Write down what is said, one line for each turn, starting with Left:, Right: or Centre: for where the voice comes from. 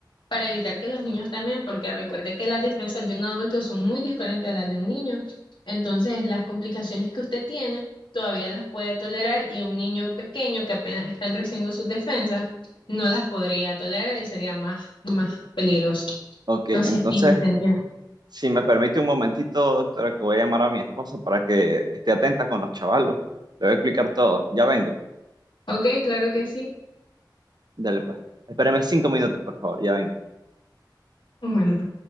Left: para evitar que los niños también, porque recuerde que las defensas de un adulto son muy diferentes a las de un niño, entonces las complicaciones que usted tiene todavía las puede tolerar y un niño pequeño que apenas están creciendo sus defensas no las podría tolerar y sería más, más peligroso.
Right: Ok,
Left: No sé
Right: entonces
Left: si se entiende.
Right: Si me permite un momentito, doctora, que voy a llamar a mi esposa para que esté atenta con los chavalos. Le voy a explicar todo. Ya vengo.
Left: Ok, claro que sí.
Right: Dale, pues. Espéreme cinco minutos, por favor. Ya vengo.
Left: Bueno.